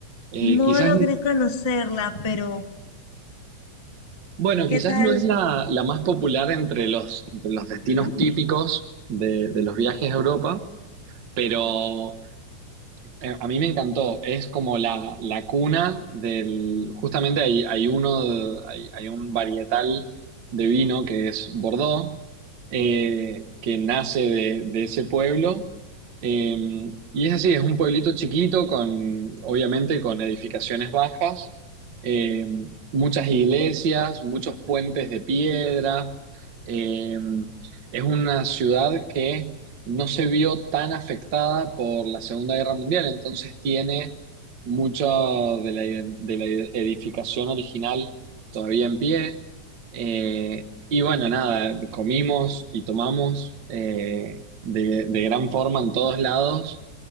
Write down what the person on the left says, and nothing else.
No
logré conocerla, pero
¿qué
tal?
Ajá.